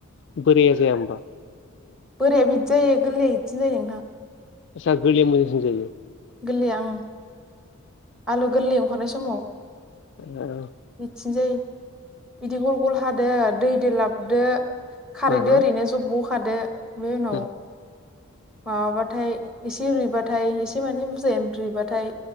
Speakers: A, on the left (about 55°); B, in the centre.
A: बोराया जाय होमबा
B: बोराया हिट जायो गोरलैया हिटसिन जायो नोंथां
A: आदस‌ गोरलैया मोजांसिन जायो
B: गोरलैया ओं आलु गोरलै ओंखारनाय समाव
A: ओ
B: हिटसिन जायो बिदि गल गल हादो दै दो लाबोदो खारैजों
A: ओहो
B: ओरैनो जब्ब होखादो बे उनाव
A: औ
B: माबाबाथाय एसे रुइबाथाय एसे माने बुरजाया रुइबाथाय